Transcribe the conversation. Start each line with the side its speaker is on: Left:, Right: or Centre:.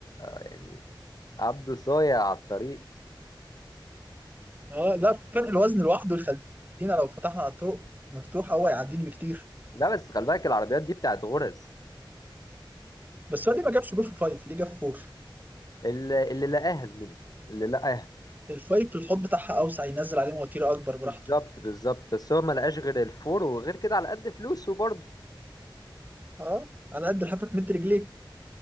Left: يعني عبده صايع على الطريق
Right: اه لا فرق الوزن لوحده يخلينا لو فتحنا على الطرق مفتوحه هو هيعديني بكتير
Left: لا بس خلي بالك العربيات دي بتاعت غرز
Right: بس هو ليه ما جابش جول في فايف ليه جاب فور
Left: اللي, اللي لقاها زميلي اللي لقاها
Right: الفايف الحوض بتاعها اوسع ينزل عليه مواتير اكبر براحته
Left: بالظبط بالظبط بس هو ما لقاش غير الفور وغير كده على قد فلوسه برضه
Right: اه على قد لحافك متر رجليك